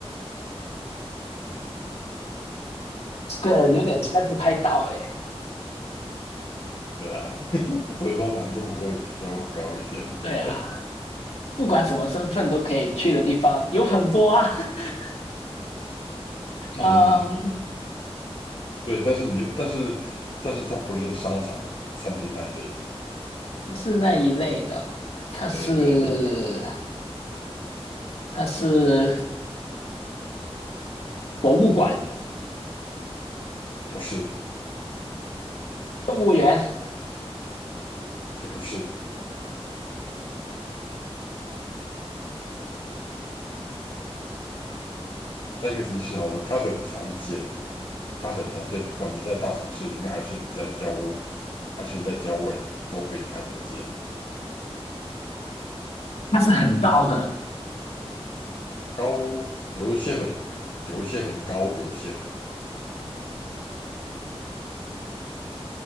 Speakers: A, on the left; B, on the left.
A: 这个有点猜不太到哎。
B: 对啊，<laughs> 所以说难度会比较高一点。
A: 对啊，
B: <coughs> <laughs>
A: 不管什么身份都可以去的地方有很多啊。<laughs>
B: 嗯，
A: 嗯，
B: 对，但是你，但是，但是它不是商场、餐厅那一类的
A: 不是那一类的，它是
B: 对对，
A: 它是博物馆、
B: 不是，
A: 动物园，
B: 也不是，再一个提示好了，它很常见，它很常见，不管你在大城市里面，还是你在郊，还是你在郊外，你都可以看得见。
A: 它是很高的。
B: 高，有一些很，有一些很高，有一些很